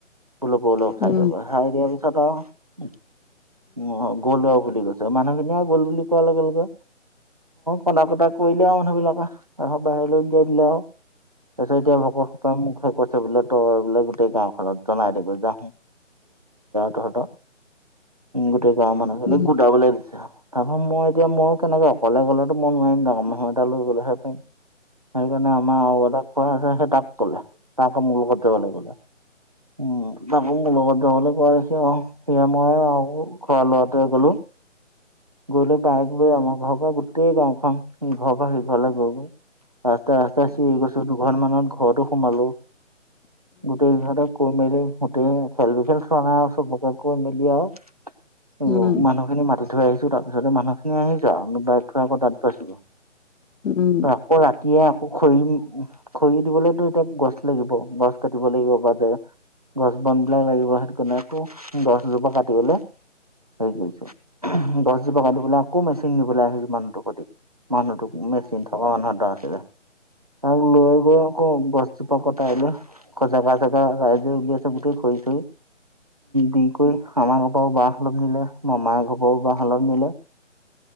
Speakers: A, on the right (about 30°); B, on the left (about 80°).
A: উলপ উলপ খাই
B: উম উম উম উম উম উম উম উম উম উম
A: দিব! খাই দিয়াৰ পিছত আউ গ'ল আউ বুলি কৈছে। মানুহখিনিয়ে গ'ল বুলি কোৱাৰ লগে লগে কনা-কটা কৰিলে আৰু মানুহ বিলাকে। তাৰপিছত বাহিৰলৈ উলিয়াই দিলে আউ, তাৰ পিছত এতিয়া ভকত তই মোকহে কৈছ বোলে, তই বোলে গোটেই গাঁওখনত জনাই দেগৈ যা। বাইদেউহঁতে গোটেই গাঁৱৰ মানুহখিনিক
B: উম
A: গোটাবলৈ দিছে, তা পা মই এতিয়া মই তেনেকে অকলে গ'লেটো মই নোৱাৰিম, ডাঙৰ মানুহ এটা লৈ গ'লেহে পাৰিম। সেইকাৰণে আমাৰ আউ এটা খোড়া আছে সেই তাক ক'লে, তাক আক মোৰ লগত যাব লাগে বোলে। উম, তাকৌ মোৰ লগত জাবলৈ কৈ আছে আউ। সেয়া মই আৰু খুড়া ল'ৰাটোৱে গ'লো। গৈ লৈ, বাইক লৈ আমাৰ ঘৰৰ পৰা গোটেই গাঁওখন সিঘৰৰ পৰা সিঘৰলৈ গৈ গৈ। ৰাস্তা ৰাস্তাই চিঞৰি গৈছো! দুঘ মানত ঘৰতো সোমালো, গোটেই কেইঘতে! কৈ মেলি গোটেই খেল বি খেল চোৱা নাই আৰু চবকে কৈ মেলি আৰু অ
B: উম
A: ', মানুহখিনি মাতি থৈ আহিছো, তাৰপিছতে মানুখিনি আহিছে, আউ বাইক থই আকৌ তাত গৈছো।
B: উম উম
A: আকৌ ৰাতিয়ে আকৌ খৰি। খৰি দিবলৈতো এতিয়া গছ লাগিব। গছ কাটিব লাগিব বা দে। গছ বন বিলাক লাগিব হেতু কানে আকৌ। গছজোপা কাটিবলে হেৰি কৰিছো। গছজোপা কাটিবলে আকৌ মেচিন নিবলৈ আহিছো মানুহটো সতি। মানুহটোক মেচিন অ', নাথ দা আছিলে। তাক লৈ গৈ আকৌ গছজোপা কটাই লৈ জাগা-চাগা ৰাইজে উলিয়াইছে গোটেই খই-চই দি কই আামাৰ ঘৰ পাও বাঁহ অলপ নিলে, মামাই ঘঅপাও বাঁহ অলপ নিলে।